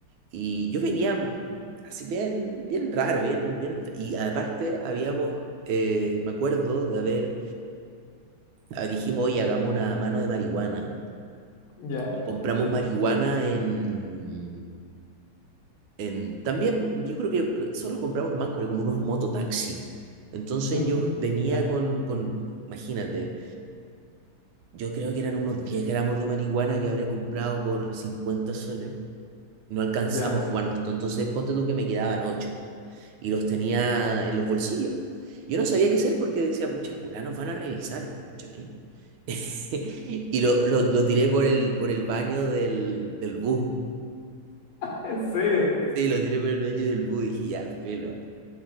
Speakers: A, on the right; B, on the left.
A: Y yo venía así bien, bien raro, bien, bien. enfe- Y aparte habíamos, eh, me acuerdo de haber ah, dijimos, oye, hagamos una mano de marihuana.
B: ya,
A: Y compramos
B: ya.
A: marihuana en, en también, pu- yo creo que que solo compramos mancos, como unos mototaxi. Entonces
B: <laughs> Mm,
A: yo venía
B: Ya,
A: con, con, imagínate, yo creo que eran unos 10 gramos de marihuana que habré comprado por 50 soles. No alcanzamos
B: ya.
A: a fumarnos todo, entonces ponte tú que me quedaban 8 y los tenía en los bolsillos. Yo no sabía qué hacer porque decía, pucha, en bola nos van a revisar. ¿cachai? <laughs> Y lo, lo, lo tiré por el, por el baño del, del bus.
B: <laughs> ¿En serio?
A: Sí, lo tiré por el baño del bus y dije, ya, filo.